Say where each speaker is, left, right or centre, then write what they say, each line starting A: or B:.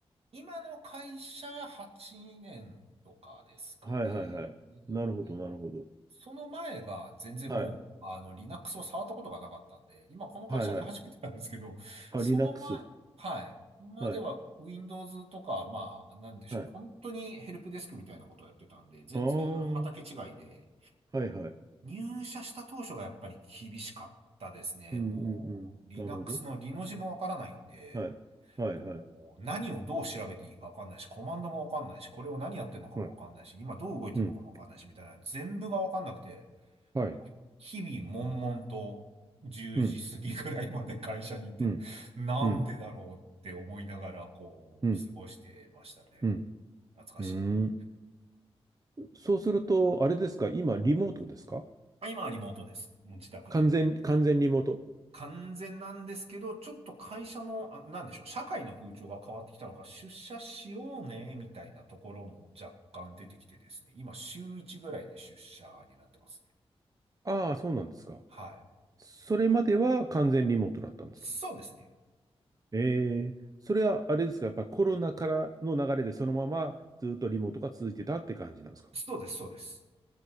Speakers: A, on the right; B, on the right.
A: 今の会社が8年とかですかね。
B: はいはいはい。なるほど、
A: で
B: なるほど。
A: その前が全然もう、
B: はい。
A: あの、Linux を触ったことがなかったんで、今この会社で初めてなんですけど、
B: はいはい。あ、
A: その前、
B: Linux。
A: はい。までは
B: はい。
A: Windows とか、まあ、なんでしょう。
B: はい。
A: 本当にヘルプデスクみたいなことをやってたんで、全然畑違いで、
B: ああ、はいはい。
A: 入社した当初がやっぱり厳しかったですね。
B: うんうんうん。
A: もう、Linux
B: なるほど。
A: のリの字もわからないんで、
B: はい。はいはい。
A: こう、何をどう調べていいかわかんないし、コマンドもわかんないし、これを何やってるのかもわかんないし、
B: はい。
A: 今どう動いてるのかもわかんないし、
B: うん。
A: みたいな、全部がわかんなくて、
B: はい。
A: もう日々悶々と10時過ぎぐらいまで会社にいて、
B: うん。うん。
A: なんでだろうって思いながら、
B: うん。
A: こう、
B: うん。
A: 過ごしてましたね。
B: うん。
A: 懐かしい。
B: うーんそうすると、あれですか今、リモートですか
A: まあ今はリモートです。もう自宅で。
B: 完全、完全リモート
A: 完全なんですけど、ちょっと会社の、あ、なんでしょう、社会の風潮が変わってきたのか、出社しようね、みたいなところも若干出てきてですね、今週1ぐらいで出社になってますね。
B: ああ、そうなんですか。
A: はい。
B: それまでは完全リモートだったんですか
A: そうですね。
B: えーそれはあれですか、やっぱりコロナからの流れでそのままずっとリモートが続いてたって感じなんですか
A: そうです、そうです。